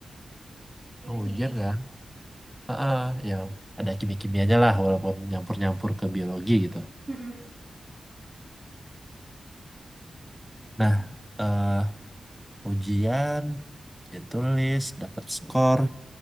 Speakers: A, on the right; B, in the centre.
A: nggak
B: Oh,
A: ada kimia
B: ujian
A: gitu.
B: kan? Heeh, yang ada kimia-kimianya lah walaupun nyampur-nyampur ke biologi gitu.
A: Hmm,
B: Nah, eh, ujian ujian tulis dapat skor